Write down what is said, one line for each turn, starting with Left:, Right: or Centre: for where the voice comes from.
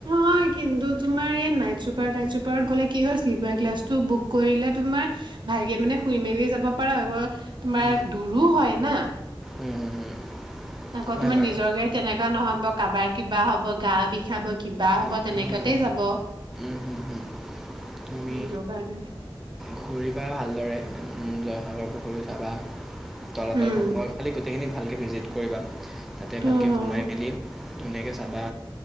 Right: হয় কিন্তু তোমাৰ এই নাইট চুপাৰ টাইট চুপাৰত গ'লে কি হয় শ্লিপাৰ ক্লাছটো বুক কৰিলে তোমাৰ ভালকে মানে শুই মেলি যাব পৰা তোমাৰ
Centre: উম,
Right: দূৰো হয়। না?
Centre: উম।
Right: আকৌ
Centre: হয়
Right: তোমাৰ
Centre: বাৰু
Right: নিজৰ গাড়ীত তেনেকা নহয় কাবাৰ কিবা হ'ব, গা বিষাব। কিবা
Centre: উম,
Right: হ'ব, তেনেকুৱাতে
Centre: উম, উম,
Right: যাব।
Centre: উম, উম, উম। তুমি
Right: নিজৰ কাৰণে।
Centre: ঘূৰিবা ভালদৰে উম, জয়সাগৰ পুখুৰীও চাবা। তলাতল
Right: উম,
Centre: <unintelligible> সিকিনি ভালকে ভিজিট কৰিবা। তাতে
Right: অ',
Centre: ভালকে সোমাই মেলি ধুনীয়াকে বা,